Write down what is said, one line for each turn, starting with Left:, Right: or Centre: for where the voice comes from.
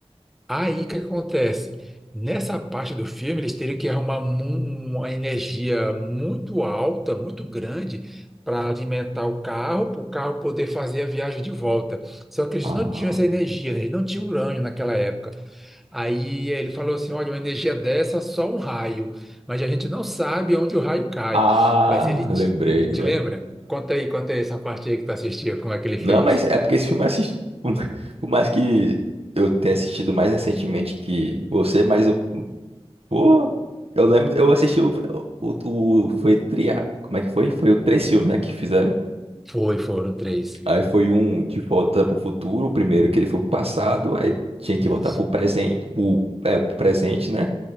Centre: Aí o que acontece? Nessa parte do filme, eles teriam que arrumar mu- uma energia muito alta, muito grande, para alimentar o carro, para o carro poder fazer a viagem de volta. Só que eles
Right: ah,
Centre: não
Right: ah,
Centre: tinham essa energia, eles não tinham urânio naquela época. Aí eh, ele falou assim: olha, uma energia dessa, só um raio. Mas a gente não sabe onde o raio cai.
Right: ah,
Centre: Mas ele te,
Right: lembrei agora.
Centre: te lembra? Conta aí, conta aí essa parte aí que tu assistiu, como é que ele
Right: Não,
Centre: fez?
Right: mas é porque esse filme eu assisti. <laughs> Por mais que eu tenha assistido mais recentemente que você, mas eu. Pô, eu lembro. Eu assisti o. o, o- foi tria. Como é que foi? Foi o três filmes, né, que fizeram.
Centre: Foi, foram três.
Right: Aí foi um de volta pro futuro, o primeiro que ele foi pro passado, aí tinha que voltar
Centre: Isso.
Right: pro presente, pro, é, pro presente, né?